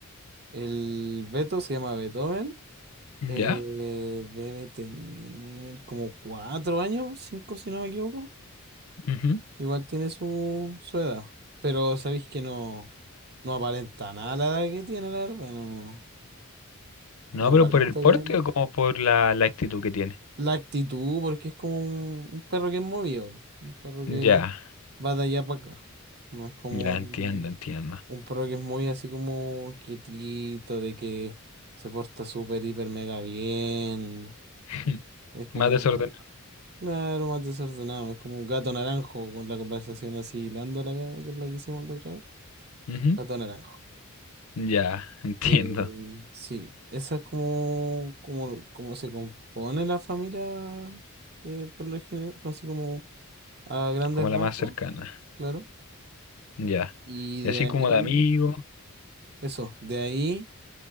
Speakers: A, on the right (about 50°); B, on the left (about 80°).
A: El Beto se llama Beethoven,
B: Ya.
A: eh, debe tener como cuatro años, cinco si no me equivoco.
B: Ujú.
A: Igual tiene su, su edad, pero sabéis que no, no aparenta nada la edad que tiene, la verdad, no,
B: No,
A: no
B: pero
A: aparenta
B: por el porte
A: que...
B: o como por la, la actitud que tiene.
A: La actitud, porque es como un, un perro que es movido, po, un perro
B: Ya,
A: que va de allá para acá. No es como
B: ya
A: un,
B: entiendo, entiendo.
A: un perro que es muy así como quietito, de que se porta súper, hiper, mega bien.
B: <laughs>
A: Es como,
B: Más desordenado.
A: claro, más desordenado. Es como un gato naranjo con la conversación así lándola con la que hicimos la otra vez.
B: Ujú.
A: Gato naranjo.
B: Ya, <laughs> entiendo.
A: Eh, sí, esa es como, como, como se compone la familia, eh, por lo general, así como. a grandes
B: Como
A: rasgos,
B: la más cercana.
A: claro.
B: Ya.
A: Y
B: Y
A: de
B: así
A: ahí,
B: como de amigo.
A: eso, de ahí,